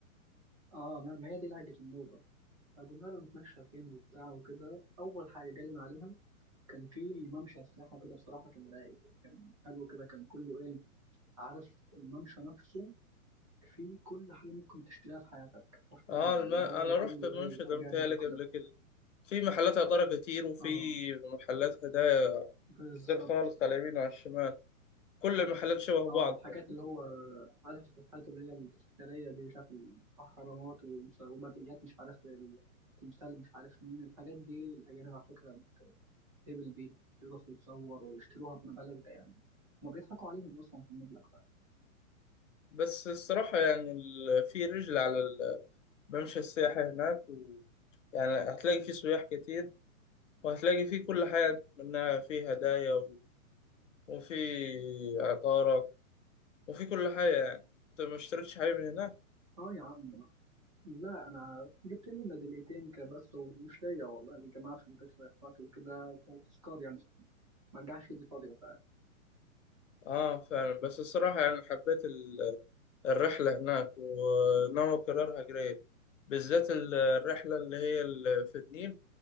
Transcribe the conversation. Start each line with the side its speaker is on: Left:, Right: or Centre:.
Right: اه ما ما هي دي لهجة النوبة فقلنا له نتمشى فين وبتاع وكده أول حاجة جالنا عليها كان في ممشى سياحة كده بصراحة كان رايق كان حلو كده كان كله ايه عارف الممشى نفسه فيه كل حاجة ممكن تشتريها في حياتك حرفيا
Left: اه الم...
Right: وبرضه
Left: انا
Right: كله
Left: رحت المنشدة
Right: ايه أجانب
Left: متهيألي
Right: وكده
Left: قبل كده في محلات عطارة كتير وفي
Right: اه
Left: محلات هدايا
Right: بالظبط
Left: كتير خالص على اليمين وعلى الشمال كل المحلات شبه
Right: اه
Left: بعض
Right: وحاجات
Left: كده
Right: اللي هو عارف الحاجات اللي هي التذكارية دي مش عارف الأهرامات ومش- وميداليات مش عارف التمثال مش عارف مين الحاجات دي الأجانب على فكرة بتهبل بيها يقفوا يتصوروا ويشتروها بمبالغ ده يعني هما بيضحكوا عليهم أصلا في المبلغ ده
Left: بس الصراحة يعني ال... في رجل على الممشى السياحي هناك و... يعني هتلاقي فيه سياح كتير وهتلاقي فيه كل حاجة منها فيه هدايا و... وفي عطارة وفي كل حاجة يعني انت ما اشتريتش حاجة من هناك
Right: اه يا عم لا انا جبت لي ميداليتين كده بس ومش ليا والله اللي جماعه في البيت واخواتي وكده كتذكار يعني ما رجعش ايدي فاضيه
Left: اه فعلا بس الصراحة يعني حبيت ال- الرحلة هناك وناوي أكررها قريب بالذات ال- الرحلة اللي هي ال- في النيل